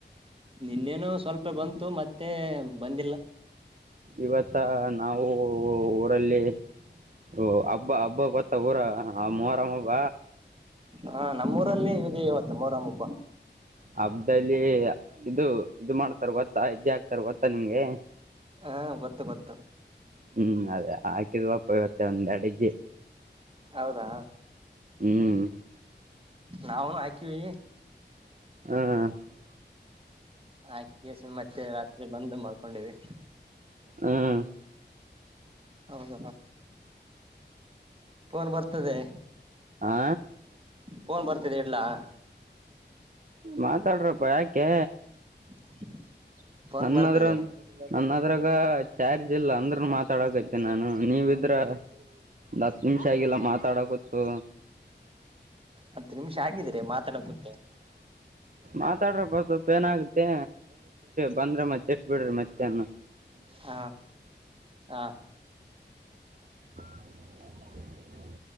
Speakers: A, on the right (about 30°); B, on the right (about 45°).
A: ನಿನ್ನೇನು ಸ್ವಲ್ಪ ಬಂತು ಮತ್ತೆ ಬಂದಿಲ್ಲ.
B: ಇವತ್ತ ನಾವು ಊರಲ್ಲಿ ಓ ಹಬ್ಬ ಹಬ್ಬ ಬತ್ತ ಊರಗ ಮೊಹರಂ ಹಬ್ಬ.
A: ಹಾ ನಮ್ಮೂರಲ್ಲಿ ಇದೆ ಇವತ್ತು ಮೊರಂ ಹಬ್ಬ
B: ಹಬ್ಬದ್ಲಿ ಇದು ಇದು ಮಾಡ್ತಾರ ಗೊತ್ತಾ ಹೆಜ್ಜೆ ಆಗ್ತಾರ ಗೊತ್ತಾ ನಿಮ್ಗೆ.
A: ಹಾ ಗೊತ್ತು ಗೊತ್ತು.
B: ಹ್ಮ್ ಅದೇ ಹಾಕಿದ್ವಾ. ಇವತ್ತ್ ಒಂದ್ ಎರಡ್ ಹೆಜ್ಜಿ
A: ಹೌದಾ
B: ಹ್ಮ್.
A: ನಾವನು ಹಾಕಿವಿ.
B: ಹ್ಮ
A: ಹಾಕಿಸಿ ಮತ್ತೆ ರಾತ್ರಿ ಬಂದು ಮಾಡ್ಕೊಂಡಿವಿ.
B: ಹ್ಞೂ
A: ಹೌದ ಫೋನ್ ಬರ್ತದೇ.
B: ಹಾ
A: ಪೋನ್ ಬರ್ತಿದೆ ಇಡ್ಲಾ.
B: ಮಾತಾಡ್ರಪ್ಪ ಯಾಕೆ.
A: <unintelligible>
B: <unintelligible>
A: ಬರ್ತಿದೆ
B: ಅದ್ರಾಗ ಚಾರ್ಜ್ ಇಲ್ಲ ಅಂದ್ರ ಮಾತಾಡಕತ್ತಿನಿ ನಾನು ನೀವಿದ್ರ ಒಂದು ಹತ್ತು ನಿಮಿಷ ಆಗಲ್ಲ ಮಾತಾಡಕತ್ತು.
A: ಹತ್ತು ನಿಮಿಷ ಆಗಿದ್ರ ಮಾತಾಡಕುತ್ತ -
B: ಮಾತಾಡ್ರಪ್ಪ ಸ್ವಲ್ಪ ಏನ್ ಆಗುತ್ತೆ. ಬಂದ್ರ ಮತ್ತ್ತೆಟ್ ಬಿಡ್ರಿ ಮತ್ತ್ಯಾನು.
A: ಹಾ ಹಾ
B: <unintelligible>